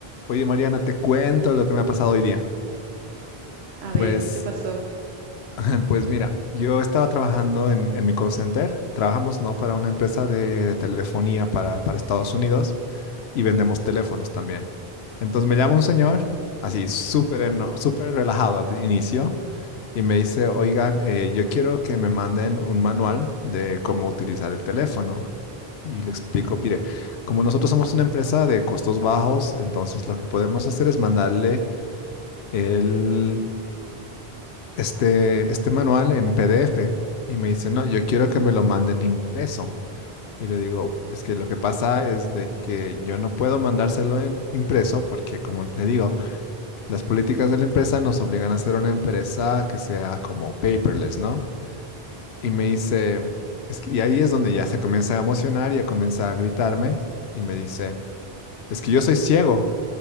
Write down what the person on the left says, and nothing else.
Oye, Mariana, te cuento lo que me ha pasado hoy día.
Pues,
<laughs> pues mira, yo estaba trabajando en, en mi call center. Trabajamos, ¿no? Para una empresa de, de telefonía para, para Estados Unidos y vendemos teléfonos también. Entonces me llama un señor, así súper eno- súper relajado al inicio, y me dice, oigan, eh, yo quiero que me manden un manual de cómo utilizar el teléfono. Y le explico, mire, como nosotros somos una empresa de costos bajos, entonces lo que podemos hacer es mandarle el, este, este manual en PDF y me dice, no, yo quiero que me lo manden impreso. Y le digo, es que lo que pasa es de que yo no puedo mandárselo en impreso porque, como le digo, las políticas de la empresa nos obligan a ser una empresa que sea como paperless, ¿no? Y me dice, es que, y ahí es donde ya se comienza a emocionar y ya comienza a gritarme y me dice, es que yo soy ciego.